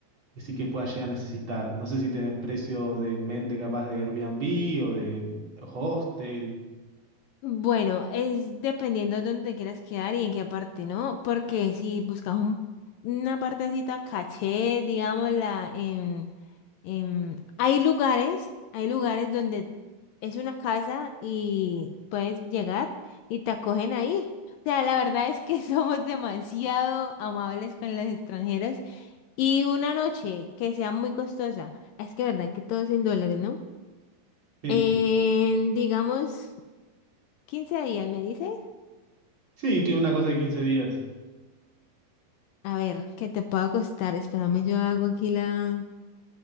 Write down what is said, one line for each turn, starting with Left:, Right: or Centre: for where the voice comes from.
Right: decís que pueda llegar a necesitar? No sé si tenés precios de mente capaz de Airbnb o de hostel.
Left: Bueno, es dependiendo de dónde te quieras quedar y en qué parte, ¿no? Porque si buscas un- una partecita caché, digámosla, en, en- hay lugares, hay lugares donde es una casa y puedes llegar y te acogen ahí. O sea, la verdad es que <laughs> somos demasiado amables con los extranjeros y una noche que sea muy costosa, es que verdad que todo es en dólares, ¿no?
Right: Sí,
Left: En, digamos, 15 días, ¿me dices?
Right: sí, que una cosa de 15 días.
Left: A ver, ¿qué te puedo costar? Espérame, yo hago aquí la,